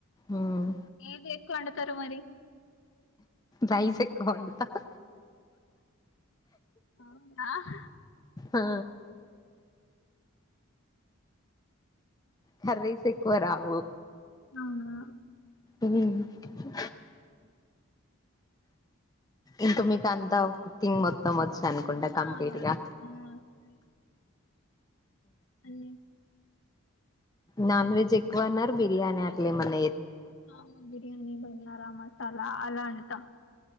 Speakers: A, on the left; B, on the left.
A: ఉమ్
B: ఏది ఎక్కువ వండుతరు మరి
A: రైస్ ఎక్కువ వండుతా
B: అవునా అహ
A: ఆ కర్రీస్ ఎక్కువ రావు
B: అవునా
A: ఉమ్ హు ఇంత మీకు అంతా కుక్కింగు మొత్త మచ్చ అనుకుంట కంప్లీట్
B: ఆ
A: గా
B: ఆ! వస్తది అన్ని
A: నాన్ వెజ్ ఎక్కువ అన్నారు బిర్యానీ అట్లేమన్నా
B: అవును బిర్యానీ బగారా మసాలా అలా అంటాం